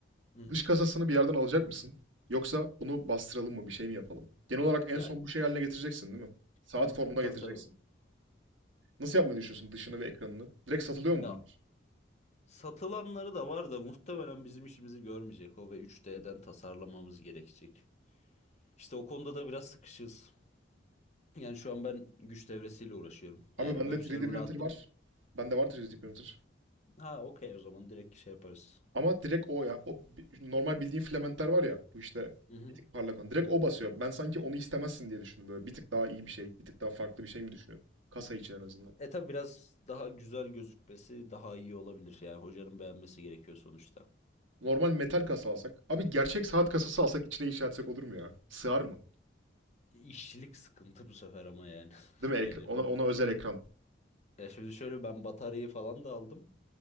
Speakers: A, on the left; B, on the right.
A: Hı hı.
B: dış kasasını bir yerden alacak mısın? Yoksa bunu bastıralım mı bir şey mi yapalım? Genel olarak en
A: Yani
B: son bu şey haline getireceksin değil mi? Saat
A: hı hı,
B: formuna
A: tabii
B: getireceksin.
A: tabii.
B: Nasıl yapmayı düşünüyorsun dışını ve ekranını? Direkt satılıyor
A: Ya
B: mu bunlar?
A: satılanları da var da muhtemelen bizim işimizi görmeyecek o ve 3D'den tasarlamamız gerekecek. İşte o konuda da biraz sıkışız. Yani şu an ben güç devresiyle uğraşıyorum. Yani
B: Abi bende
A: web
B: 3D
A: server'a
B: printer
A: attım.
B: var. Bende var 3D printer.
A: Ha okey o zaman direkt şey yaparız.
B: Ama direkt o ya. O normal bildiğin filamentler var ya. Bu işte
A: Hı hı.
B: bir tık parlak olan. Direkt o basıyor. Ben sanki onu istemezsin diye düşündüm böyle. Bir tık daha iyi bir şey, bir tık daha farklı bir şey mi düşünüyordum? Kasa için en azından.
A: E tabi biraz daha güzel gözükmesi daha iyi olabilir. Yani hocanın beğenmesi gerekiyor sonuçta.
B: Normal metal kasa alsak. Abi gerçek saat kasası alsak içine inşa etsek olur mu ya? Sığar mı?
A: İşçilik sıkıntı bu sefer ama yani. <laughs>
B: Değil mi?
A: Yani
B: Ekra- ona,
A: onu.
B: ona özel ekran.
A: Ya şimdi şöyle ben bataryayı falan da aldım.